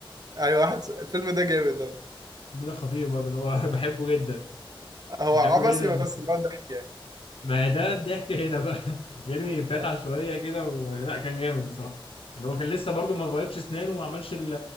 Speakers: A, on the right (about 45°); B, on the left (about 80°).
A: أيوة واحد الفيلم ده جامد أوي.
B: الفيلم ده خطير برضه اللي هو <laughs> بحبه جدا
A: هو
B: بحبه
A: عبثي
B: جدا
A: بس هو ضحك يعني
B: ما ده الضحك هنا بقى <laughs> يرمي فتحة
A: أيوة.
B: شوية كده ولا كان جامد بصراحة اللي هو كان لسه برضو ما بيضش اسنانه وما عملش ال-